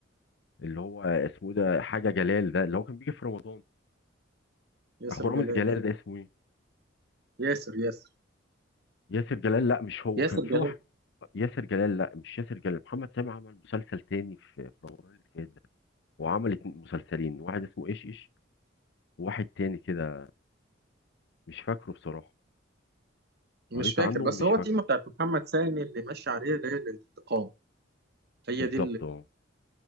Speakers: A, on the left; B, on the right.
A: اللي هو اسمه إيه ده حاجه جلال ده اللي هو كان بيجي في رمضان
B: ياسر
A: اخو
B: جلال
A: رامز جلال
B: ايوه
A: ده اسمه ايه
B: ياسر ياسر
A: ياسر جلال لا مش هو
B: ياسر
A: كان في
B: جلال
A: واحد ياسر جلال لا مش ياسر جلال محمد سامي عمل مسلسل تاني في في رمضان اللي فات ده وعمل اتنين- مسلسلين واحد اسمه ايش ايش وواحد تاني كده مش فاكره بصراحه
B: مش
A: قريت
B: فاكر
A: عنه
B: بس
A: ومش
B: هو
A: فاكره
B: التيمه بتاعت محمد سامي اللي ماشي عليها اللي هي الانتقام هي
A: بالظبط
B: دي
A: اه